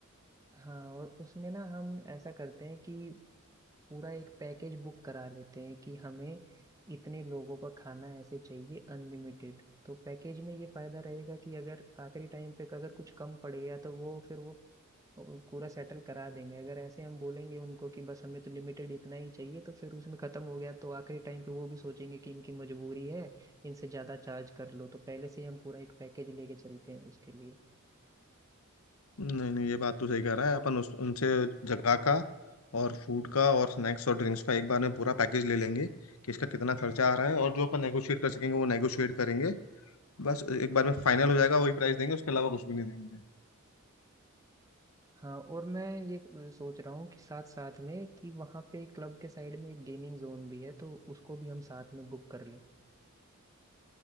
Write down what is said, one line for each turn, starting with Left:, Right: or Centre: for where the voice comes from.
Right: हाँ और उसमें ना हम ऐसा करते हैं कि पूरा एक पैकेज बुक करा लेते हैं कि हमें इतने लोगों का खाना ऐसे चाहिए अनलिमिटेड तो पैकेज में ये फायदा रहेगा कि अगर आखिरी टाइम पे अगर कुछ कम पड़ गया तो वो फिर वो पूरा सेटल करा देंगे अगर ऐसे हम बोलेंगे उनको कि बस हमें तो लिमिटेड इतना ही चाहिए तो फिर उसमें खत्म हो गया तो आखिरी टाइम पे वो भी सोचेंगे कि इनकी मजबूरी है इनसे ज्यादा चार्ज कर लो तो पहले से ही हम पूरा एक पैकेज लेके चलते हैं उसके लिए
Left: नहीं नहीं ये बात तो सही कह रहा है अपन उस उनसे जगह का और फूड का और स्नैक्स और ड्रिंक्स का एक बार में पूरा पैकेज ले लेंगे कि इसका कितना खर्चा आ रहा है और जो अपन नेगोशिएट कर सकेंगे वो नेगोशिएट करेंगे बस एक बार में फाइनल हो जाएगा वही प्राइस देंगे उसके अलावा कुछ भी नहीं देंगे
Right: हाँ और मैं ये सोच रहा हूँ कि साथ साथ में कि वहाँ पे क्लब के साइड में एक गेमिंग जोन भी है तो उसको भी हम साथ में बुक कर लें